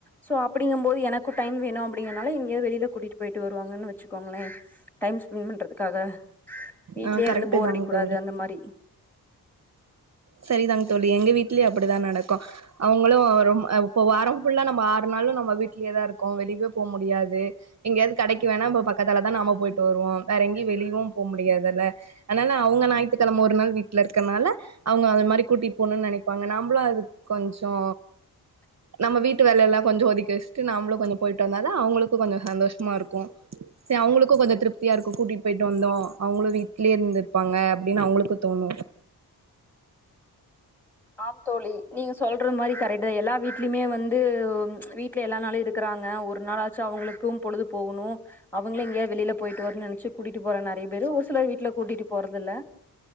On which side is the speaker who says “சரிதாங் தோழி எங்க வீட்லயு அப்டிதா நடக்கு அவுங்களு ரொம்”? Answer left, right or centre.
Right